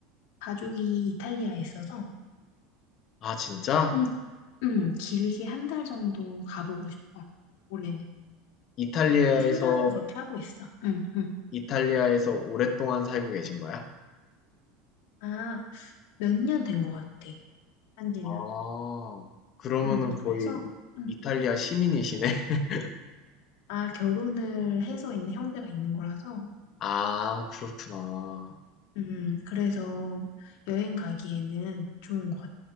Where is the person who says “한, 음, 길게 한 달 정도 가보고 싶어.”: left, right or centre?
Left